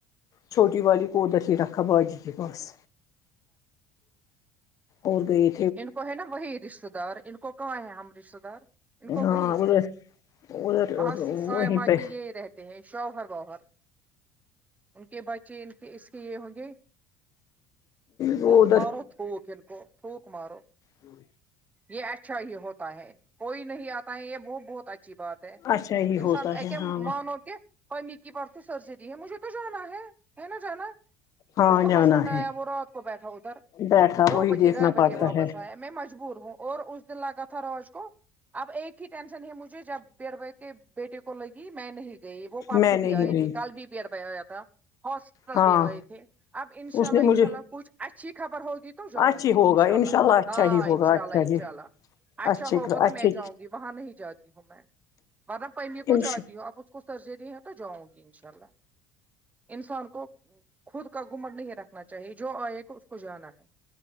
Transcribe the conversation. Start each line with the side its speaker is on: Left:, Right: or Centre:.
Left: چھوٹی والی کو ادھر ہی رکھا باجی کے پاس اور گئی
Right: ان کو ہے نا وہی رشتے دار ان کو کہاں ہے ہم رشتے دار ان کو
Left: ہاں
Right: وہی
Left: ادھر
Right: ہے
Left: ادھر
Right: وہاں صائمہ
Left: وہیں پہ
Right: کے یہ رہتے تے ہیں شوہر ووہر ان کے بچے ان کے اس کے یہ ہوں گے
Left: وہ
Right: پھوک مارو تھک کو تھوک مارو
Left: ہوں
Right: یہ اچھا ہی ہوتا ہے کوئی نہیں آتا ہے یہ وہ بہت اچھی بات
Left: اچھا ہی ہوتا
Right: انسان ایک
Left: ہے ہاں
Right: مانو کے امی کی پر سے سرجری ہے مجھے تو جانا ہے ہے نا جانا
Left: ہاں
Right: اس کو
Left: جانا
Right: ہسبینڈ
Left: ہے
Right: آیا وہ رات کو بیٹھا ادھر
Left: بیٹھا
Right: دو
Left: وہی
Right: بجے
Left: دیکھنا
Right: ڈھائی
Left: پڑتا
Right: بجے واپس
Left: ہے
Right: آیا میں مجبور ہوں اور اس دن لگا تھا روج کو اب ایک ہی ٹینشن ہے مجھے جب دیور کے بیٹے کو لگی میں نہیں گئی وہ پرسوں
Left: میں نہیں
Right: بھی آئی
Left: گئی
Right: تھی کل بھی بیر ب آیا تھا ہاسپٹل
Left: ہاں
Right: بھی آئے تھے اب ان شاء
Left: اس
Right: اللہ
Left: نے
Right: ان
Left: مجھے
Right: شاء اللہ کچھ اچھی خبر ہوگی تو تو جاؤں
Left: اچھی
Right: گی
Left: ہوگا
Right: ان شاء اللہ
Left: انشاء اچھا
Right: ہاں
Left: ہی ہوگا
Right: انشاء
Left: اچھا
Right: اللہ انشاء
Left: ہی
Right: اللہ اچھا
Left: اچھے
Right: ہوگا تو
Left: اچھے
Right: میں جاؤں گی وہاں نہیں جاتی ہوں میں ورنہ پیمی کو
Left: انش
Right: جاتی ہوں اب اس کو سرجری ہے تو جاؤں گی انشاء اللہ انسان کو خود کا گھمنڈ نہیں رکھنا چاہیے جو آئے گا اس کو جانا ہے